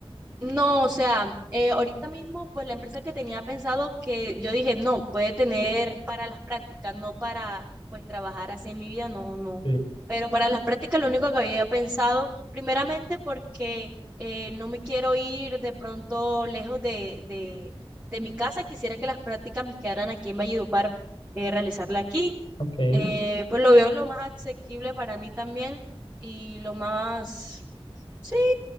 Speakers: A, on the right; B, on the left.
A: No, o sea, eh, ahorita mismo, pues la empresa que tenía pensado que yo dije, no, puede tener para las prácticas, no para pues trabajar así en mi vida, no, no.
B: Sí,
A: Pero para las prácticas lo único que había pensado, primeramente porque eh, no me quiero ir de pronto lejos de, de, de mi casa, quisiera que las prácticas me quedaran aquí en Valledupar, eh, realizarla aquí.
B: Ok. sí.
A: Eh, pues lo veo lo más asequible para mí también y lo más... Sí,